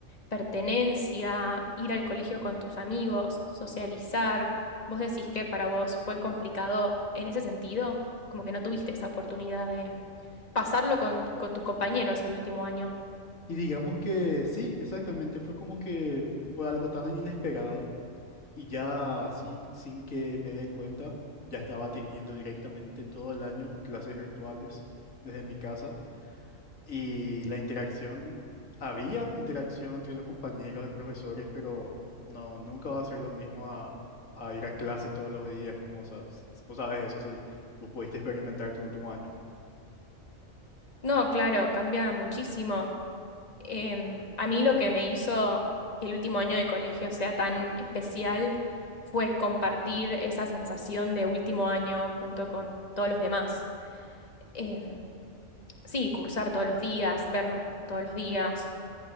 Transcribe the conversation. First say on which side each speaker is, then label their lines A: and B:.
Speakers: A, on the left (about 30°); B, on the left (about 75°).
A: pertenencia, ir al colegio con tus amigos, socializar. ¿Vos decís que para vos fue complicado en ese sentido? Como que no tuviste esa oportunidad de pasarlo con, con tus compañeros el último año.
B: Y digamos que sí, exactamente, fue como que fue algo tan inesperado y ya sin, sin que me dé cuenta, ya estaba teniendo directamente todo el año clases virtuales desde mi casa. Y la interacción, había interacción entre los compañeros de profesores, pero no, nunca va a ser lo mismo a, a ir a clases todos los días, como, o sea, s- vos sabes eso, si vos pudiste experimentar tu último año.
A: No, claro, cambia muchísimo. Em, a mí lo que me hizo que el último año de colegio sea tan especial fue compartir esa sensación de último año junto con todos los demás. Em, sí, cursar todos los días, vernos todos los días.